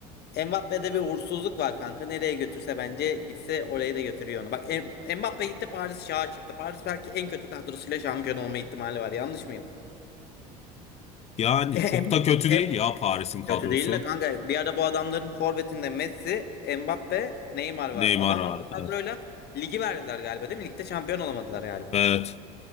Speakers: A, on the left; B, on the left.
A: Mbappe'de bir uğursuzluk var kanka. Nereye götürse bence gitse oraya da götürüyor onu. Bak M- Mbappe gitti Paris şaha çıktı. Paris belki en kötü kadrosuyla şampiyon olma ihtimali var. Yanlış mıyım?
B: Yani
A: <laughs> Em-
B: çok da kötü
A: em-
B: değil ya Paris'in kadrosu.
A: Kötü değil de kanka bir ara bu adamların forvetinde Messi, Mbappe, Neymar vardı.
B: Neymar
A: Adamlar
B: vardı.
A: bu kadroyla
B: Evet.
A: ligi verdiler galiba değil mi? Ligde şampiyon olamadılar galiba.
B: Evet.